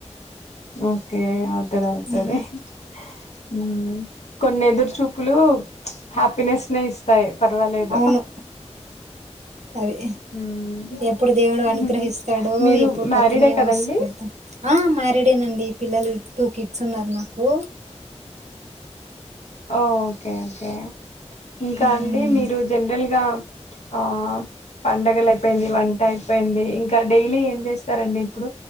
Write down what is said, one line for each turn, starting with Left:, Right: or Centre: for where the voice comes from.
Left: ఓకే అ అ అవుతది
Right: ఉమ్
Left: హ కొన్ని ఎదురు చూపులు హ్యాపీనెస్ న ఇస్తాయి పర్వాలేదు.
Right: అవును అది
Left: హ్మ్.
Right: ఎప్పుడు దేవుడు అనుగ్రహిస్తాడో
Left: హుహుహు. మీరు
Right: ఎప్పుడు
Left: మ్యారీడే
Right: కొత్త న్యూ
Left: కదండి
Right: హౌస్ కడతాం ఆ మ్యారేడేనాండి పిల్లలు టూ కిడ్స్ ఉన్నారు నాకు
Left: ఓ ఓకే ఓకే ఇంకా
Right: ఉమ్
Left: అండి మీరు జనరల్ గా ఆ పండగలు అయిపోయింది వంట అయిపోయింది ఇంకా డైలీ ఏం చేస్తారండి ఇప్పుడు